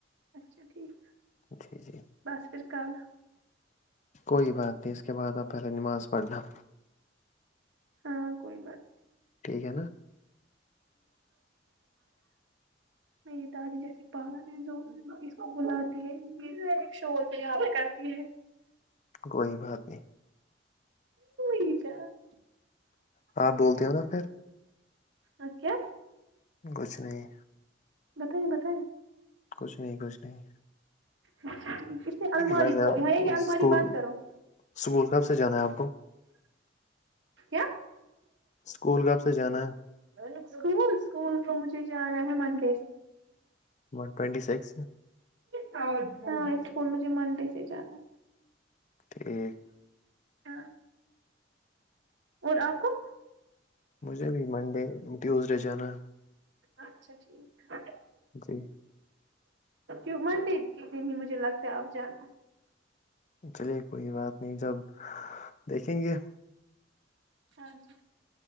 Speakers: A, on the right; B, on the left.
A: اچھا ٹھیک
B: جی جی
A: بس فھر کال
B: کوئی بات نہیں اس کے بعد آپ پہلے نماز پڑھنا
A: ہاں کوئی بات
B: ٹھیک ہے نا
A: میری دادی جیسے پاگا میں بلاتی ہے ایک شور سے یہیا پ کرتی ہے
B: گئی باگی
A: ئی جان
B: ہاں بولتے ہو نا پھر
A: ا کیا
B: گچھ نہیں
A: بتائیے بتائیے
B: کچھ نہیں کچھ نہیں
A: پے الماری
B: ویسے
A: کھول ہے کہ
B: اسکول
A: الماری بند کرو
B: اسکول کب سے جانا ہے آپ کو
A: کیا
B: اسکول کب سے جانا ہے
A: اسکول اسکول کو مجھے جانا ہے مندر
B: ون ٹوینٹی سکس
A: اور ہاں اسکول مجھے منڈے سے جانا ہے
B: ہ <unintelligible>
A: ہ اور آپ کو
B: مجھے بھی منڈے ٹیوزڈے جانا
A: اچھا ٹھیک ہے
B: جی
A: کی منڈ کے دن ہی مجھے لگتا ہے اب جانا
B: چلیے کوئی بات نہیں جب دیکھیں گے
A: ہاں جی